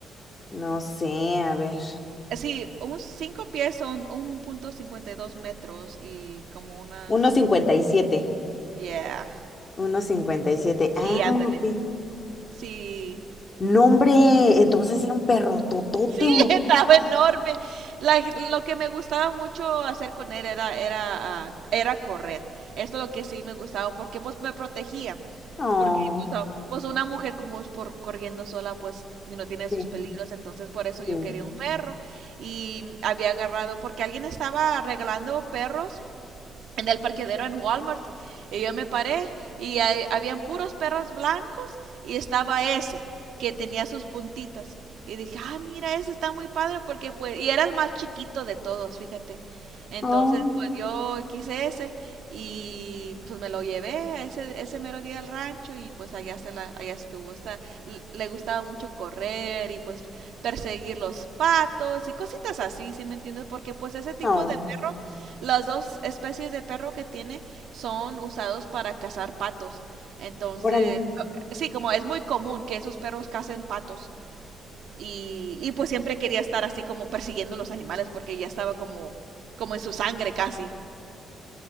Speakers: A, on the left (about 35°); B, on the right (about 75°).
A: No sé, a ver.
B: Eh, Sí, un cinco pies son un punto cincuenta y dos metros y como unas,
A: uno uno cincuenta cincuenta y siete,
B: yeah.
A: uno cincuenta y siete.
B: Sí,
A: Ah,
B: ándale.
A: ok.
B: Sí,
A: No, hombre, entonces era un perro totote.
B: Sí, <laughs> estaba enorme. La- lo que me gustaba mucho hacer con él era, era, ah, era correr. Esto es lo que sí me gustaba, porque pues me protegía.
A: Oh,
B: Porque pues, ah, pues, una mujer como es por corriendo sola, pues y no tiene
A: sí.
B: sus peligros. Entonces por eso yo
A: Sí.
B: quería un perro. Y había agarrado, porque alguien estaba regalando perros en el parqueadero en Walmart y yo me paré y hay- habían puros perros blancos y estaba ese que tenía sus puntitas y dije, ah, mira, ese está muy padre porque pues, y era el más chiquito de todos, fíjate. Entonces,
A: Oh,
B: pues yo quise ese y pues me lo llevé a ese, ese mero día al rancho y pues allá se la, allá estuvo. Está, l- le gustaba mucho correr y pues perseguir los patos y cositas así, ¿sí me entiendes? Porque pues ese tipo
A: oh,
B: de perro las dos especies de perro que tiene son usados para cazar patos. Entonces,
A: órale.
B: sí, como es muy común que esos perros cacen patos. Y, y pues siempre quería estar así como persiguiendo los animales porque ya estaba como, como en su sangre casi.